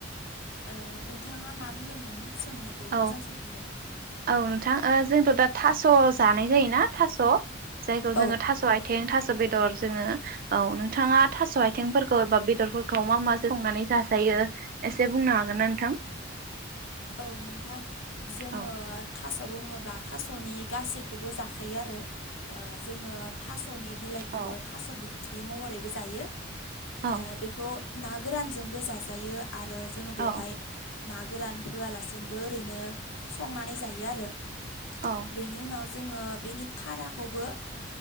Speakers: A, on the left; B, on the right.
A: ओ नोंथाङा मा मा बुंदोंमोन सोंनायखौ
B: औ
A: मोजां सोंफिनलाय
B: औ नोंथां ओ जोंथ' दा थास' जानाय जायोना थास' जायखौ जोङो
A: औ
B: थास' आथिं थास' ' बेदर जोङो औ नोंथाङा थास' आथिंफोरखौ एबा बेदरफोरखौ मा मा जों संनानै जाजायो यो एसे बुंनो हागोनना नोंथां?
A: औ नोंथां जोङो
B: औ
A: थास बुङो ब्ला थास'नि गासैखौबो जाखायो आरो ओ जोङो थास सनि बिलाइखौबो
B: औ
A: थास बिथ्रि महरैबो जायो
B: औ
A: आरो बेखौ ना गोरानजोंबो जाजायो आरो जोङो बेवहाय
B: औ
A: ना गोरान होआलासिनोबो ओरैनो संनानै जायो आरो
B: औ
A: बेनि उनाव जोङो बेनि थाराखौबो